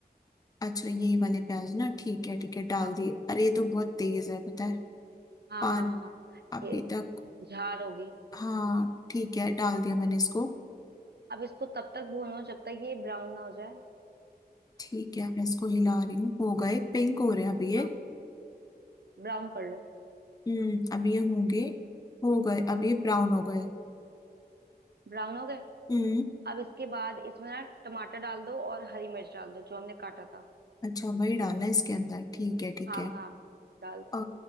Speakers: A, on the left (about 20°); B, on the right (about 75°).
A: अच्छा ये वाले प्याज ना ठीक है ठीक है डाल
B: हाँ
A: दिए अरे ये तो बहुत तेज है पता है
B: हाँ
A: पान
B: हाँ हाँ
A: अभी
B: ए-
A: तक
B: झार होगी
A: हाँ ठीक है डाल दिया मैंने इसको
B: अब इसको तब तक भूनो जब तक ये ब्राउन ना हो जाए
A: ठीक है मैं इसको हिला रही हूँ हो गए पिंक हो रहे हैं अभी ये
B: हाँ ब्राउन कर लो
A: हम्म अभी ये होंगे हो गए अब ये ब्राउन हो गए
B: ब्राउन हो गए
A: हम्म
B: अब इसके बाद इसमें ना टमाटर डाल दो और हरी मिर्च डाल दो जो हमने काटा था
A: अच्छा वही डालना है इसके अंदर ठीक है ठीक
B: हाँ
A: है
B: हाँ डाल दो
A: अ